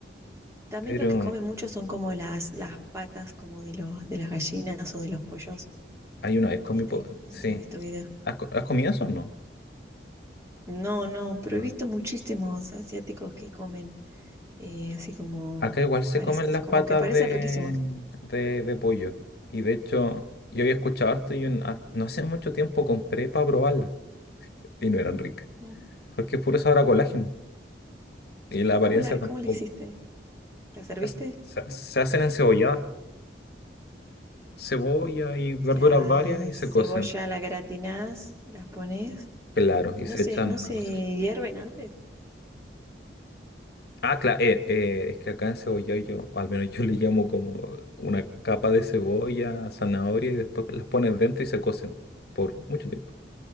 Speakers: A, on the right (about 15°); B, on the left (about 60°).
A: también
B: pero
A: lo que comen mucho son como las, las patas como de los, de las gallinas o de los pollos,
B: Hay una vez comí,
A: ¿viste?
B: po-
A: No
B: sí.
A: sé si has visto videos.
B: ¿Has, co- has comido eso o no?
A: No, no, pero
B: No.
A: he visto muchísimos asiáticos que comen eh, así como,
B: Acá igual se
A: parece,
B: comen las
A: como
B: patas
A: que parecen
B: de,
A: riquísimos.
B: de, de pollo. Y de hecho, yo había escuchado harto y un- ha- no hace mucho tiempo compré para probarlas. Y no eran ricas.
A: Ujú.
B: Porque es puro sabor a colágeno. Y la
A: ¿Y
B: apariencia
A: cómo la,
B: tampoco.
A: cómo la hiciste? ¿La serviste?
B: Se, hace- se, se hacen encebolladas. Cebolla y verduras
A: O sea,
B: varias y se
A: cebolla
B: cocen.
A: la gratinás, las pones
B: Claro,
A: y
B: y
A: no
B: se
A: se,
B: echan
A: no
B: una
A: se
B: cosa.
A: hierven antes.
B: Ah, claro, es que acá en cebollado yo, o al menos
A: Se hierven.
B: yo le llamo como una capa de cebolla, zanahoria y después las pones dentro y se cocen por mucho tiempo.